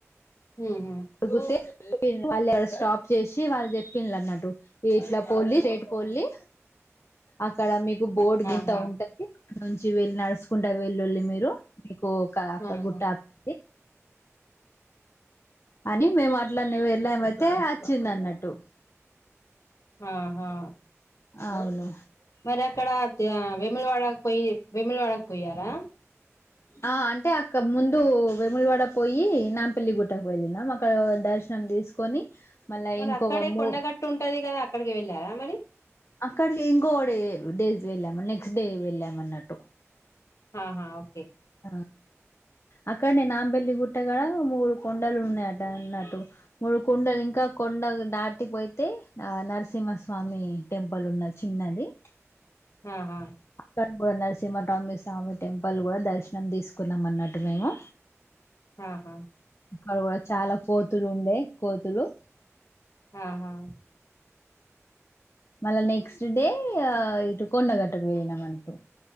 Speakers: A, on the left; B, on the left.
A: ఉహు
B: అడుగుతే వాళ్ళు ఎవరో స్టాప్ చేసి వాళ్ళు చెప్పిన్ అన్నట్టు ఇట్లా పోల్లి స్ట్రెట్ పోల్లి అక్కడ మీకు బోర్డు
A: ఆహా
B: గింత ఉంటది క్క నుంచి వెళ్ళి నడుస్ కుంట వెలుల్లి మీరు మీకు ఒక అక్క
A: ఆహా
B: గుట్ట అత్తది అని మేము అట్లానే వెళ్ళామైతే అచ్చింది అన్నట్టు
A: వా హా
B: అవును
A: మరి అక్కడ వెములవడక్ పోయి వెములవాడక్ పోయారా
B: ఆ అంటే అక్క ముందు వెముల్వాడ పోయి నాంపల్లి గుట్టకు వెళ్ళినాం అక్కడ ద శనం తీసుకొని మళ్ళా
A: మరి
B: ఇంకొక
A: అక్కడే
B: మూ
A: కొండగట్టు ఉంటది కదా అక్కడికి వెళ్ళారా మరి
B: అక్కడికి ఇంకోడే డేస్ వెళ్ళాము నెక్స్ట్ డే వెళ్ళాము అన్నట్టు
A: అ హా ఓకే
B: ఆ అక్కడనే నాంపేల్లి గుట్టగాడ మూడు కొండలు ఉన్నాయట అన్నట్టు మూడు ఇప్పుడు కొండలు ఇంకా కొండ దాటిపోతే ఆ నరసింహస్వామి టెంపుల్ ఉన్నది చిన్న ది
A: ఆహా
B: <unintelligible> నరసింహటమి స్వామి టెంపుల్ కూడా దర్శనం తీసుకున్నాం అన్నట్టు మేము
A: ఆహా
B: అగొ చాలా కోతులు ఉండే కోతులు
A: ఆహా
B: మల్ల నెక్స్ట్ డే ఇటు కొంండగటకు వెళ్ళినాం అన్నటు